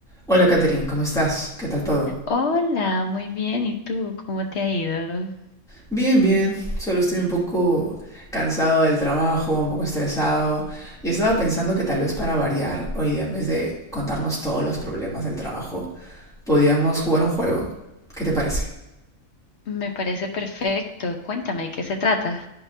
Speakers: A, in the centre; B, on the left.
A: Hola Katherine, ¿cómo estás? ¿Qué tal todo?
B: Hola, muy bien. ¿Y tú? ¿Cómo te ha ido?
A: Bien, bien. Solo estoy un poco cansado del trabajo, un poco estresado. Y estaba pensando que tal vez para variar, hoy día en vez de contarnos todos los problemas del trabajo, podíamos jugar un juego. ¿Qué te parece?
B: Me parece perfecto. Cuéntame, ¿de qué se trata?